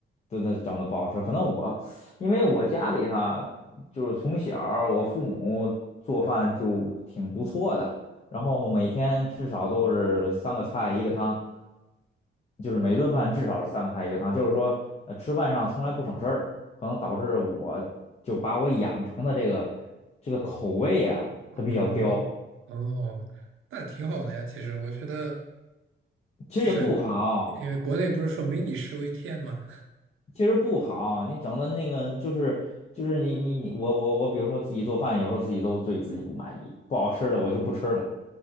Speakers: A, on the left (about 30°); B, on the right (about 75°).
A: 都都整的不好吃。可能我因为我家里哈，就是从小儿我父母做饭就挺不错的，然后每天至少都是三个菜一个汤，就是每顿饭至少是三个菜一个汤，
B: 嗯
A: 就是说呃吃饭上从来不省事儿，可能导致我就把我养成的这个这个口味啊，
B: 哦哦，
A: 它比较刁，
B: 那挺好的呀。其实我觉得，
A: 其实也不好。
B: 就是因为国内不是说“民以食为天”嘛，
A: 其实不好，你整的那个就是就是你你你我我我，比如说自己做饭，有时候自己都对自己不满意，不好吃的我就不吃了，